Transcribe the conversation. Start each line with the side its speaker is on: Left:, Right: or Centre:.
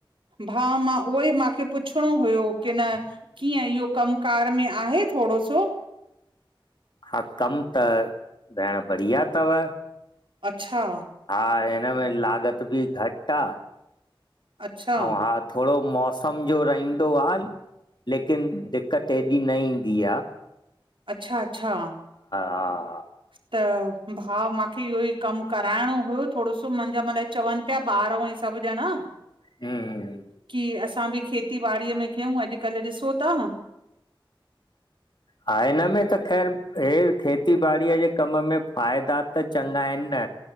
Right: भा मां उहो ई मूंखे पुछणो हुयो की न कीअं इहो कम कार में आहे थोरो? अच्छा
Left: हा कमु त भेण बढ़िया तव
Right: अच्छा
Left: हा हिनमें लागत बि घटि आ
Right: अच्छा
Left: अऊं हा थोड़ो मौसम जो रहिंदो आ लेकिन दिक़त एॾी न ईंदी आ
Right: अच्छा अच्छा
Left: हा
Right: त भाउ माखे इहो ई कमु कराइणो हुयो थोॾो मुंहिंजा मान चवनि पिया ॿार ऐं सभु ॼणा
Left: हमम
Right: की असां बि खेती ॿारी में कयूं अॼुकल ॾिसो था
Left: हा हिन में त ख़ैर हे थिये खेती ॿारी जे कम में फ़ाइदा त चङा आहिनि न